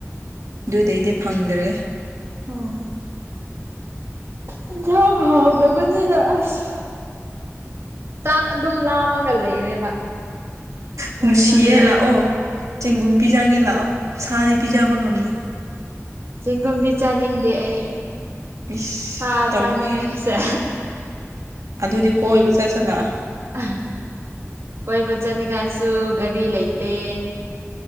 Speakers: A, on the right; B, on the right.
A: ꯑꯗꯨꯗꯩꯗꯤ ꯐꯪꯗ꯭ꯔꯦ
B: ꯑꯣ ꯍꯤꯟꯖꯥꯡ ꯍꯥꯎꯇꯕꯅꯤꯅ ꯑꯁ ꯆꯥꯛ ꯑꯗꯨꯝ ꯂꯥꯝꯃꯒ ꯂꯩꯔꯦꯕ
A: ꯅꯨꯡꯁꯤꯌꯦ
B: ꯆꯥꯛ ꯆꯪꯗꯕꯅꯤꯅ
A: ꯂꯥꯛꯑꯣ ꯆꯦꯡꯒꯨꯝ ꯄꯤꯖꯒꯦ ꯂꯥꯛꯑꯣ ꯁꯥꯗꯤ ꯄꯤꯖꯕ ꯉꯝꯗꯦ
B: ꯆꯤꯡꯒꯨꯝꯗꯤ ꯆꯥꯅꯤꯡꯗꯦ ꯑꯩ
A: ꯏꯁ
B: ꯁꯥ
A: ꯇꯧꯅꯦ
B: ꯆꯥꯅꯤꯡꯉꯤꯁꯦ
A: ꯑꯗꯨꯗꯤ ꯀꯣꯏꯕ ꯆꯠꯁꯤꯜꯂꯛꯑꯣ
B: ꯍꯥ ꯀꯣꯏ ꯆꯥꯅꯤꯡꯉꯥꯏ ꯁꯨ ꯒꯥꯔꯤ ꯂꯩꯇꯦ